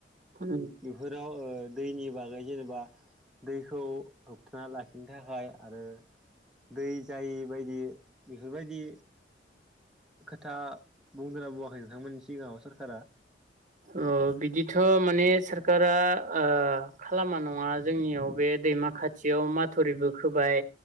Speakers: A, on the right; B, in the centre.
A: उम
B: बेफोराव दैनि बागै जेनेबा दैखौ होब थाना लाखिनो थाखाय आरो दै जायि बायदि बेफोरबायदि खोथा बुंदों ना बुवाखै नोंथांमोननि सिगाङाव सरखारा?
A: अ बिदिथ' माने सखारा खालामा नङा जोंनियाव बे दैमा खाथियाव माथुरिबो खोबाय